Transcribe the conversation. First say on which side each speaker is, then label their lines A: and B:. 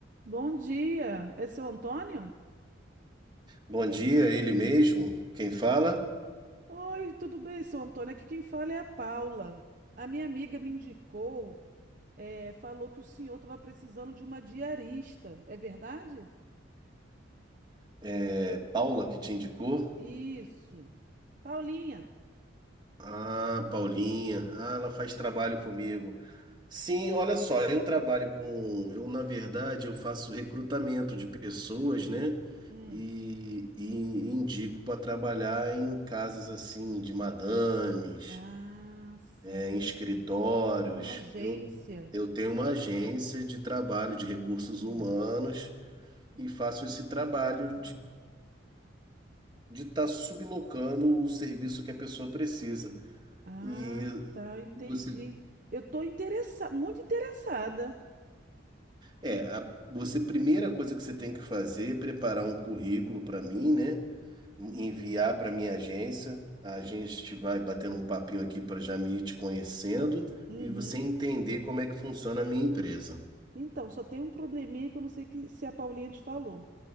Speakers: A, on the right; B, on the right.
A: Bom dia, é seu Antônio?
B: Bom dia, ele mesmo. Quem fala?
A: Oi, tudo bem, seu Antônio? Aqui quem fala é a Paula. A minha amiga me indicou, eh, falou que o senhor estava precisando de uma diarista, é verdade?
B: É Paula que te indicou?
A: Isso. Paulinha.
B: Ah, Paulinha. Ah, ela faz trabalho comigo. Sim, olha só, eu trabalho com, eu na verdade eu faço recrutamento de pessoas, né?
A: Hum.
B: E, e indico para trabalhar em casas assim de madames,
A: Ah, sim.
B: é, em escritórios.
A: É uma agência.
B: Eu, eu tenho uma agência de trabalho
A: Hum.
B: de recursos humanos e faço esse trabalho de estar sublocando o serviço que a pessoa precisa.
A: Ah,
B: E
A: tá, entendi.
B: você,
A: Eu estou interessada, muito interessada.
B: é, a, você, primeira coisa que você tem que fazer é preparar um currículo para mim, né? Enviar para minha agência. A gente vai batendo um papinho aqui para já me ir te conhecendo
A: Uhum.
B: e você entender como é que funciona a minha empresa.
A: Então, só tem um probleminha que eu não sei que- se a Paulinha te falou.